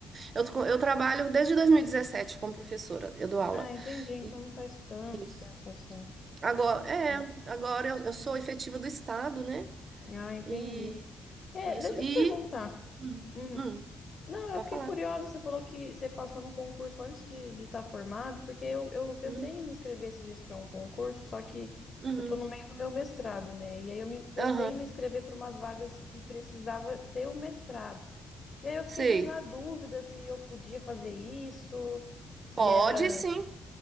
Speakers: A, on the right; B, on the left.
A: eu, tô co- eu trabalho desde 2017 como professora, eu dou aula.
B: Ah, entendi. Então
A: E-
B: não faz tanto
A: Isso.
B: tempo assim.
A: Agora é
B: Faz-
A: agora eu, eu sou efetiva do estado, né?
B: Ah, entendi.
A: E
B: É,
A: isso
B: deixa
A: e
B: eu te perguntar.
A: hum,
B: Hum.
A: hum,
B: Não, eu
A: para
B: fiquei
A: falar.
B: curiosa. Você falou que você passou no concurso antes de de estar formado, porque eu, eu pensei
A: Uhum,
B: em me inscrever esses dias para um concurso, só que
A: uhum,
B: eu tô no meio do meu mestrado, né? E aí eu me, pensei
A: aham,
B: em me inscrever para umas vagas que precisava ter o mestrado. E aí eu fiquei
A: sei.
B: meio na dúvida se eu podia fazer isso, se
A: Pode
B: era.
A: sim.